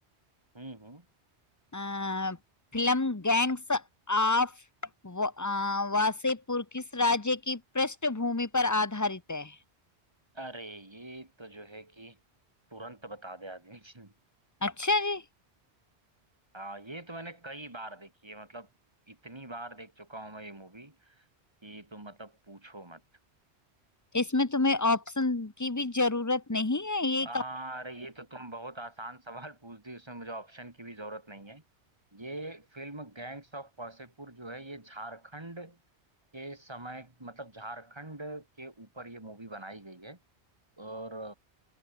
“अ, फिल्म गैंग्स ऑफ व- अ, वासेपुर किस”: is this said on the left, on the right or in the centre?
Left